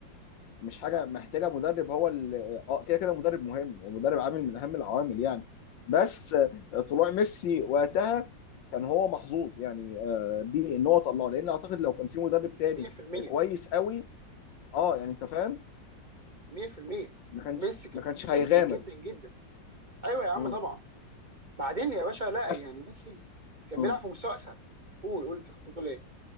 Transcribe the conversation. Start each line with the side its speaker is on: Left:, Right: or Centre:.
Left: مش حاجه محتاجه مدرب هو ال- اه كده كده مدرب مهم ومدرب عامل من اهم العوامل يعني بس آه، طلوع ميسي وقتها كان هو محظوظ يعني آه، بيه ان هو طلعه لان اعتقد لو كان في مدرب تاني
Right: 100%
Left: كويس قوي اه يعني انت فاهم
Right: 100%
Left: ما كانش
Right: ميسي كان
Left: ما
Right: محظوظ
Left: كانش
Right: جدا
Left: هيغامر
Right: جدا جدا ايوه يا عم
Left: مم.
Right: طبعا بعدين يا باشا لا
Left: بس
Right: يعني ميسي كان
Left: مم.
Right: بيلعب في مستوى اسهل قول قول انت كنت بتقول ايه